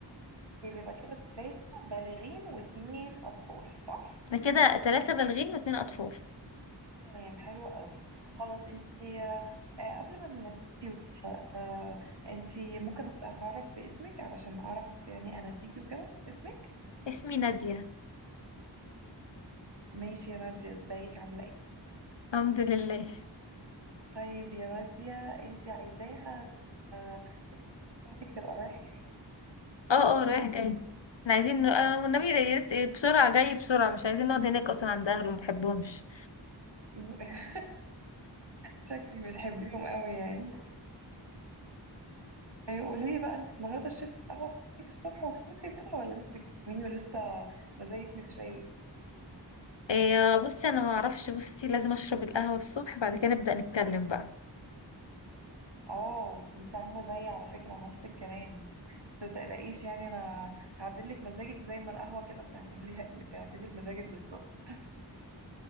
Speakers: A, on the right (about 70°); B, on the left (about 85°).
A: طيب يبقى كده التلاتة بالغين واتنين اطفال صح؟
B: احنا كده تلاتة بالغين واتنين أطفال
A: تمام حلو قوي خلاص انتي آه، آه، قبل ما نبتدي وكده آه، انتي ممكن أت- اتعرف باسمك علشان اعرف يعني اناديكي وكده باسمك
B: اسمي نادية
A: ماشي يا نادية ازيك عاملة ايه؟
B: الحمد لله
A: طيب يا نادية انتي عايزاها آه، التلاتة بتاعتك تبقى رايح جاي
B: اه اه رايح جاي احنا عايزين ن- آه، والنبي يا ريت إيه، بسرعة جاي بسرعة مش عايزين نقعد هناك اصلا عند اهله ما بحبهمش
A: <laughs> شكلك بتحبيهم قوي يعني طيب قولي لي بقى انت النهارده شربتي القهوه بتاعتك الصبح وفطرتي وكده ولا انت بتكلميني ولسه مزاجك مش رايق
B: إيه بصي انا ما اعرفش بصي لازم اشرب القهوه الصبح بعد كده نبدا نتكلم بقى
A: اه انت عامله زيي على فكره نفس الكلام بس متقلقيش يعني انا هعدلك مزاجك زي ما القهوه كده بتعمل لي بتعدلك مزاجك بالظبط